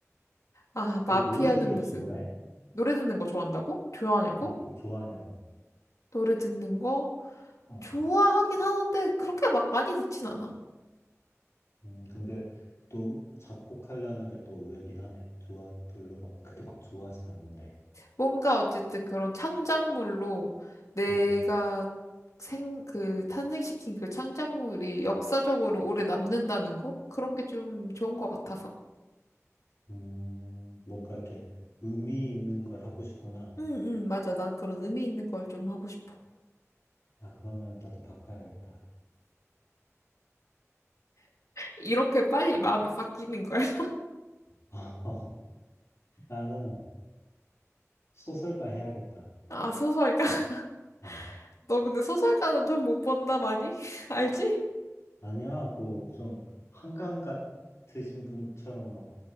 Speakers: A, on the left (about 80°); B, on the left (about 60°).
A: 아, 마피아는
B: 너 노래들을
A: 무슨
B: 좋아해?
A: 노래 듣는 거 좋아한다고? 좋아하냐고?
B: 아, 또 좋아하냐고.
A: 노래 듣는 거
B: 어.
A: 좋아하긴 하는데 그렇게 막 많이 듣진 않아.
B: 음, 근데 또 작곡하려는 게 또 의외긴 하네. 좋아, 별로 막, 그렇게 막 좋아하진 않는데.
A: 뭔가 어쨌든 그런 창작물로 내가
B: 음,
A: 생, 그 탄생시킨 그 창작물이 역사적으로 오래 남는다는 거? 그런 게 좀 좋은 것 같아서.
B: 음, 뭔가 이렇게 의미 있는 걸 하고 싶구나.
A: 응, 응, 맞아. 난 그런 의미 있는 걸 좀 하고 싶어.
B: 아, 그러면 나도 바꿔야겠다.
A: 이렇게 빨리 마음이 바뀌는 거야? <laughs>
B: <laughs> 나는 소설가 해야겠다.
A: 아, 소설가? <laughs>
B: 어,
A: 너 근데 소설가는 돈 못 번다, 많이? <laughs> 알지?
B: 아니야, 그, 좀, 한강 같으신 분처럼 막,